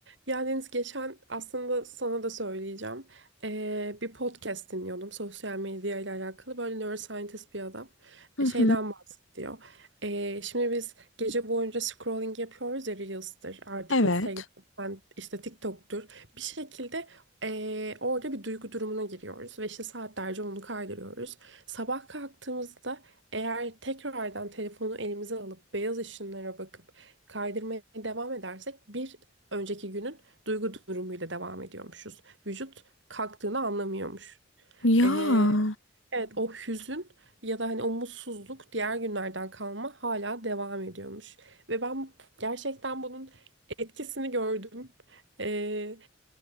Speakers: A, on the right; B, on the left.
A: Ya Deniz geçen aslında sana da söyleyeceğim. Ee, bir podcast dinliyordum sosyal medya ile alakalı. Böyle neuroscientist bir adam
B: Hı
A: e, şeyden
B: hı.
A: bahsediyor. Ee, şimdi biz gece boyunca scrolling yapıyoruz ya Reels'tir artık
B: Evet.
A: Instagram'dan işte TikTok'tur. Bir şekilde ee, orada bir duygu durumuna giriyoruz ve işte saatlerce onu kaydırıyoruz. Sabah kalktığımızda eğer tekrardan telefonu elimize alıp beyaz ışınlara bakıp kaydırmaya devam edersek bir önceki günün duygu durumuyla devam ediyormuşuz. Vücut kalktığını anlamıyormuş.
B: Ya.
A: Ee, evet o hüzün ya da hani o mutsuzluk diğer günlerden kalma hala devam ediyormuş. Ve ben gerçekten bunun etkisini gördüm. Ee,